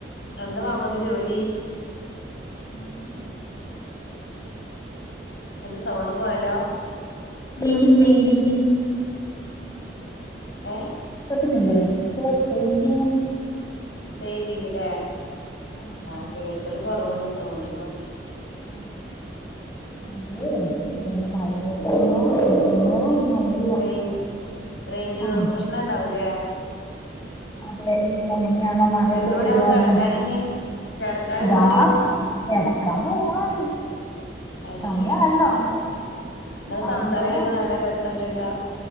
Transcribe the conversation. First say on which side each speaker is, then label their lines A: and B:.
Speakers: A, on the left; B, on the left.
A: എന്ത ബാപ്പക്ക് ജോലി?
B: <inaudible>
A: എന്താ സൗണ്ട് പോയല്ലോ.
B: Building painting.
A: ഏ
B: കേക്കുന്നില്ലേ കേ പെയിന്റിങ്ങ്.
A: പെയിന്റിങ്ങല്ലേ
B: ആഹ്
A: ആ കേൾക്കല് കുറവുണ്ട് സൗണ്ടിന് കുറച്ച്.
B: ആ അതേ പിന്നെ മഴയായിട്ടാണോ എന്നറിയില്ല
A: റേഞ്ച് റേഞ്ച്
B: ആഹ്
A: പ്രശ്നം ഇണ്ടാവൂല്ലെ.
B: അതെ ഇനിപ്പ എങ്ങനെയാണോ മഴക്കെ
A: എത്ര
B: പെയ്തു
A: മണിയാവും
B: കാരണെ.
A: കെടക്കാൻ ഇനി കെടക്കാൻ
B: ഇതാ
A: എത്ര മണിയാവും
B: കെടക്കാൻ പോവാണ്.
A: അയ്
B: സമയായല്ലോ
A: ശരി ങ്ങടെ
B: അപ്പൊ
A: സംസാരം കേക്കാൻ നല്ല രസംണ്ട്ട്ടോ.